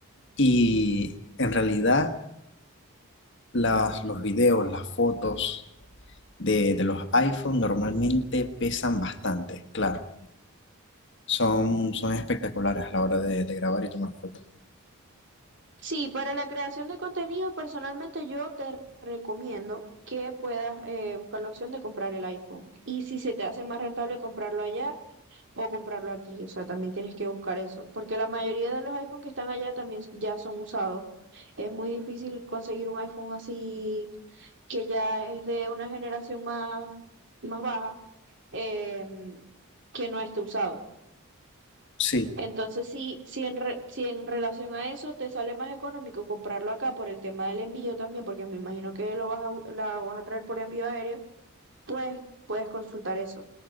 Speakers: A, on the left; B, on the right.
A: Y en realidad las, los videos, las fotos de, de los iPhone normalmente pesan bastante, claro. Son, son espectaculares a la hora de, de grabar y tomar fotos.
B: Sí, para la creación de contenido, personalmente yo te recomiendo que puedas eh, buscar la opción de comprar el iPhone. Y si se te hace más rentable comprarlo allá o comprarlo aquí, o sea, también tienes que buscar eso, porque la mayoría de los iPhones que están allá también ya son usados. Es muy difícil conseguir un iPhone así que ya es de una generación más, más baja, em, que no esté usado.
A: Sí,
B: Entonces, sí si, en re- si en relación a eso te sale más económico comprarlo acá por el tema del envío también, porque me imagino que lo vas a, u- la vas a traer por envío aéreo, pues puedes consultar eso.